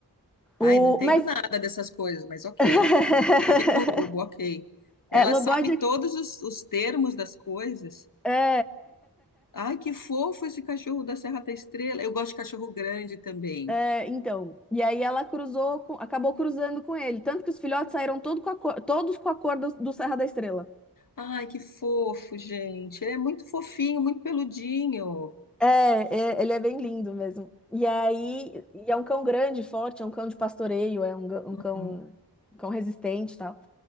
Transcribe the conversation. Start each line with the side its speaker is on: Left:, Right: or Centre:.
Left: Ai,
Centre: O,
Left: não entendo
Centre: mas.
Left: nada dessas coisas, mas ok.
Centre: <laughs>
Left: Lobo, ok. Ela
Centre: É, loboide
Left: sabe todos
Centre: é.
Left: os, os termos das coisas.
Centre: <laughs>
Left: Ai, que fofo esse cachorro da Serra da Estrela. Eu gosto de cachorro grande também.
Centre: É, é, então. E aí ela cruzou, com- acabou cruzando com ele. Tanto que os filhotes saíram todo com a cor- todos com a cor do, do Serra da Estrela.
Left: Ai, que fofo, gente. Ele é muito fofinho, muito peludinho.
Centre: É, é, ele é bem lindo mesmo. E aí, e é um cão grande, forte, é um cão de pastoreio, é um, ga- um cão,
Left: Hum.
Centre: um cão resistente e tal.